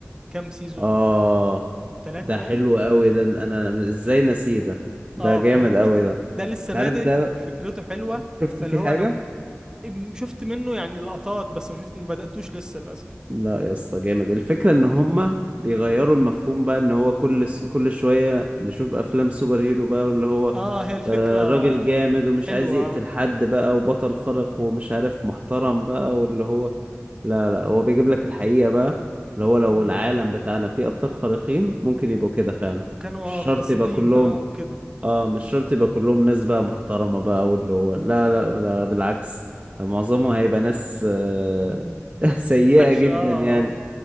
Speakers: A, on the right (about 15°); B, on the right (about 30°).
A: كام سيزون
B: اه
A: ثلاثة
B: ده
A: باين
B: حلو قوي ده انا ازاي نسيه ده ده
A: اه
B: جامد
A: فاهمني
B: قوي ده
A: ده لسه
B: انت
A: بادئ
B: عارف ده
A: فكرته حلوه
B: انت شفت
A: فاللي
B: فيه
A: هو
B: حاجة
A: انا أم، شفت منه يعني لقطات بس ما شفت ما بدأتوش لسه للأسف
B: لا يا اسطى جامد الفكرة ان هما بيغيروا المفهوم بقى ان هو كل س... كل شوية نشوف افلام سوبر هيرو بقى واللي هو
A: اه هي الفكرة
B: آه راجل جامد ومش
A: حلوة
B: عايز يقتل
A: آه.
B: حد بقى وبطل خارق ومش عارف محترم بقى واللي هو لا لا هو بيجيب لك الحقيقة بقى اللي هو لو
A: مم.
B: العالم بتاعنا فيه ابطال خارقين ممكن يبقوا كده فعلا
A: وكانوا
B: مش
A: اه
B: شرط
A: فاسدين
B: يبقى كلهم
A: اه او كده
B: اه مش شرط يبقى كلهم ناس بقى محترمة بقى واللي هو لا لا ده بالعكس ده معظمهم هيبقى ناس آه، <laughs> سيئة
A: وحش
B: جدا
A: اه
B: يعني
A: اه